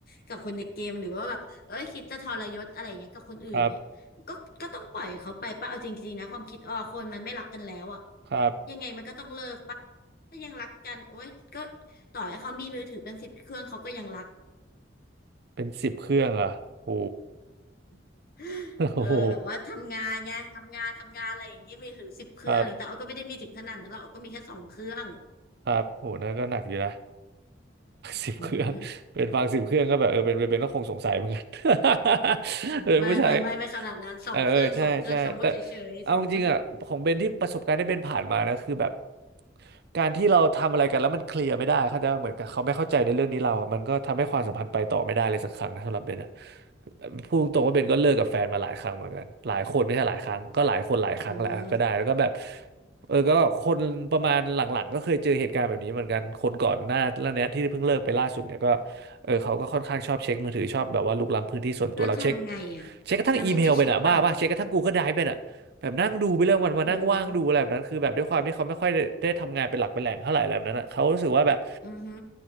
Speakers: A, on the left; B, on the right.
A: กับคนในเกมหรือว่าแบบเอ้ยคิดจะทรยศอะไรเงี้ยกับคนอื่นเงี้ยก็ก็ต้องปล่อยเขาไปป่ะเอาจริงๆนะความคิดอ้อคนมันไม่รักกันแล้วอะ
B: ครับครับ
A: ยังไงมันก็ต้องเลิกป่ะถ้ายังรักกันโอ๊ยก็ต่อให้เขามีมือถือเป็นสิบเครื่องเขาก็ยังรัก
B: เป็นสิบเครื่องเหรอ่ะโห
A: <gasps>
B: <laughs> โอ้โห
A: เออแบบว่าทำงานไงทำงานทำงานอะไรอย่างเงี้ยมือถือสิบเครื่องอะไรแต่อ้อก็ไม่ได้มีถึงขนาดนั้นหรอกอ้อก็มีแค่สองเครื่อง
B: ครับครับโหนั่นก็หนักอยู่นะ
A: <laughs>
B: สิบเครื่อง <laughs> เป็นฟังสิบเครื่องก็แบบเออเป็นเป็นเป็นก็คงสงสัยเหมือนกัน <laughs> เป็นผู้ชาย
A: ไม่ไม่ไม่ไม่ขนาดนั้นสองเครื่องสองเครื่องสมมุติเฉยๆสมมุติ
B: เออเออใช่ใช่แต่เอาจริงๆอ่ะของเบนที่ประสบการณ์ที่เบนผ่านมานะคือแบบการที่เราทำอะไรกันแล้วมันเคลียร์ไม่ได้เขาใจปะเหมือนกับเขาไม่เข้าใจในเรื่องนี้เราอ่ะมันก็ทำให้ความสัมพันธ์ไปต่อไม่ได้เลยสักครั้งนะสำหรับเบนอ่ะพูดตรงๆว่าเบนก็เลิกกับแฟนมาหลายครั้งเหมือนกันหลายคนไม่ใช่หลายครั้งก็หลายคนหลายครั้งแหละก็ได้แล้วก็แบบ
A: อืม
B: เออก็คนประมาณหลังๆก็เคยเจอเหตุการณ์แบบนี้เหมือนกันคนก่อนหน้าแล้วเนี้ยที่เพิ่งเลิกไปล่าสุดเนี่ยก็เออเขาก็ค่อนข้างชอบเช็คมือถือชอบแบบว่าลุกล้ำพื้นที่ส่วนตัวเราเช็ค
A: แล้วทำไงอ่ะ
B: เช็คกระทั่งอีเมลไปน่ะบ้าป่ะเช็คกระทั่ง
A: แล้วเบนให้เช็คป่ะ
B: Google Drive ไปน่ะแบบนั่งดูไปเรื่องวันมานั่งว่างดูอะไรแบบนั้นคือแบบด้วยความที่เขาไม่ค่อยได้ได้ทำงานเป็นหลักเป็นแหล่งเท่าไหร่อะไรแบบนั้นอ่ะเขารู้สึกว่าแบบ
A: โอ้อือฮึ